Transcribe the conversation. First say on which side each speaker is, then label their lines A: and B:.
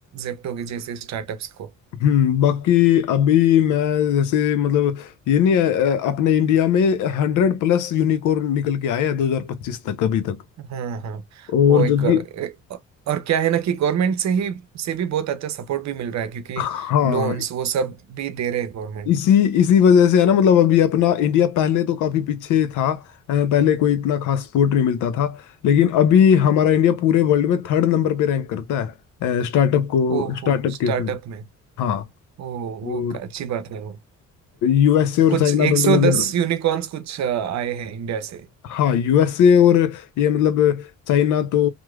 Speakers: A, on the right; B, on the left.
A: जेप्टो के जैसे स्टार्टअप्स को
B: हम्म बाकी अभी मैं जैसे मतलब ये नहीं है अ, अपने इंडिया में हंड्रेड प्लस यूनिकॉर्न निकल के आए हैं 2025 तक अभी तक
A: हाँ हाँ
B: और
A: वो एक
B: जबकि
A: अ, और क्या है ना कि गवर्नमेंट से ही से भी बहुत अच्छा सपोर्ट भी मिल रहा है क्योंकि
B: हाँ
A: लोन्स वो सब भी दे रहे हैं गवर्नमेंट
B: इसी इसी वजह से है ना मतलब अभी अपना इंडिया पहले तो काफी पीछे था अ, पहले कोई इतना खास सपोर्ट नहीं मिलता था लेकिन अभी हमारा इंडिया पूरे वर्ल्ड में थर्ड नंबर पे रैंक करता है स्टार्टअप को
A: ओहो
B: स्टार्टअप
A: स्टार्टअप
B: के फील्ड
A: में
B: हाँ
A: ओ वो
B: और
A: अच्छी बात है वो
B: यूएसए और
A: कुछ
B: चाइना
A: 110
B: तो मतलब यार
A: यूनिकॉर्न्स कुछ अ, आए हैं इंडिया से
B: हाँ यूएसए और ये मतलब चाइना तो